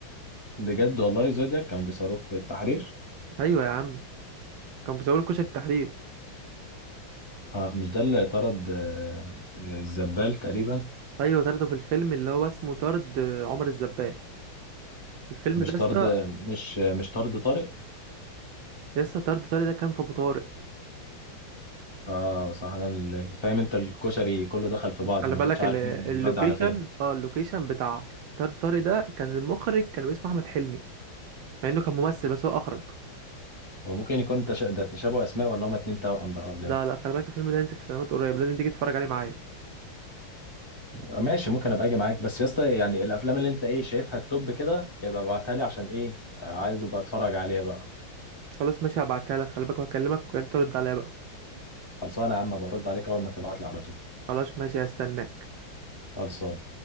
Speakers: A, on the left; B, on the right.
A: بجد والله زودياك كانوا بيصاروه في التحرير
B: ايوه يا عم كانوا بيصوروا كشري التحرير
A: آه مش ده اللي طرد آه الزبال تقريبا
B: ايوه طردوا في الفيلم اللي هو اسمه طرد عمر الزبال الفيلم
A: مش
B: ده يا
A: طرد
B: اسطى
A: مش مش طرد طارق
B: يا اسطى طرد طارق ده كان في ابو طارق
A: اه صح انا ال- فاهم انت الكشري كله دخل في بعض
B: خلي
A: ما
B: بالك
A: بقتش عارف
B: ال-
A: مين
B: اللوكيشن
A: بيودي على فين
B: اه اللوكيشن بتاع طار طارق ده كان المخرج كان اسمه احمد حلمي مع انه كان ممثل بس هو اخرج
A: هو ممكن يكون تش... ده تشابه اسماء ولا هما اتنين توأم بقى ولا
B: لا
A: ايه
B: لا خلي بالك الفيلم ده هينزل في سينمات قريب لازم تيجي تتفرج عليه معايا
A: ماشي ممكن ابقى اجي معاك بس يا اسطى يعني الافلام اللي انت ايه شايفها التوب كده يبقى ابعتها لي عشان ايه آه، عايز ابقى اتفرج عليها بقى
B: خلاص ماشي هبعتها لك خلي بالك وهكلمك ويا ريت ترد عليا بقى
A: خلصانه يا عم برد عليك اول ما تبعت لي على طول
B: خلاص ماشي هستناك
A: خلصان